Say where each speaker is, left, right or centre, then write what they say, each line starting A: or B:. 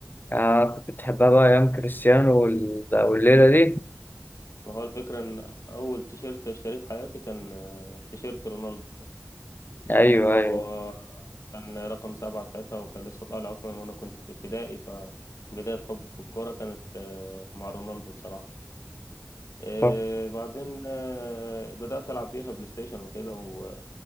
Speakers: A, on the left; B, on the left.
A: آه كنت بتحبها بقى ايام كريستيانو وال- والليله دي
B: ما هو الفكره ان اول تيشيرت اشتريه في حياتي كان آه، تيشيرت رونالدو
A: ايوه
B: اللي هو
A: ايوه
B: كان رقم سبعة ساعتها وكان لسه طالع أصلا وأنا كنت في ابتدائي فبداية حبي في الكورة كانت آه، مع رونالدو بصراحة آه،
A: ف-
B: بعدين آه، بدأت ألعب بيها بلاي ستيشن وكده و-